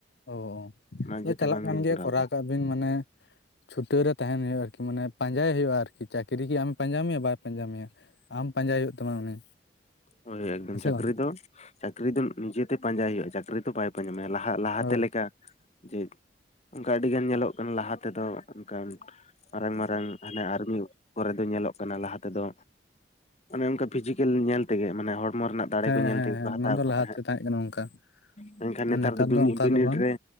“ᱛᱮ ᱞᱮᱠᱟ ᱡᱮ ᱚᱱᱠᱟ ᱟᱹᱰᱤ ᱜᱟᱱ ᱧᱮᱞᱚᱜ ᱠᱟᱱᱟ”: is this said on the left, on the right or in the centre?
Left